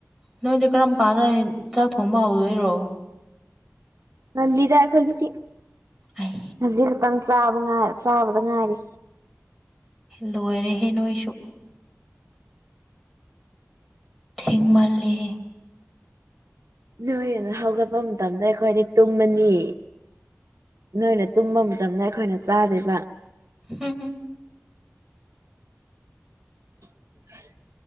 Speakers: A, in the centre; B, on the right.
A: ꯅꯣꯏꯗꯤ ꯀꯔꯝ ꯀꯥꯟꯗ ꯆꯥꯛ ꯊꯣꯡꯕ ꯍꯧꯗꯣꯏꯔꯣ
B: ꯉꯜꯂꯤꯗ ꯑꯩꯈꯣꯏꯒꯤꯗꯤ
A: ꯑꯩ
B: ꯍꯧꯖꯤꯛ ꯈꯛꯇꯪ ꯆꯥꯕ ꯉꯥꯏꯔꯤ ꯆꯥꯕꯗ ꯉꯥꯏꯔꯤ
A: ꯂꯣꯏꯔꯦꯍꯦ ꯅꯣꯏꯁꯨ ꯊꯦꯡꯃꯜꯂꯦꯍꯦ
B: ꯅꯣꯏ ꯅ ꯍꯧꯒꯠꯄ ꯃꯇꯝꯗ ꯑꯩꯈꯣꯏꯗꯤ ꯇꯨꯝꯃꯅꯤ ꯅꯣꯏꯅ ꯇꯨꯝꯕ ꯃꯇꯝꯗ ꯑꯩꯈꯣꯏꯅ ꯆꯥꯗꯣꯏꯕ
A: ꯍꯝ ꯍꯝ
B: <inaudible>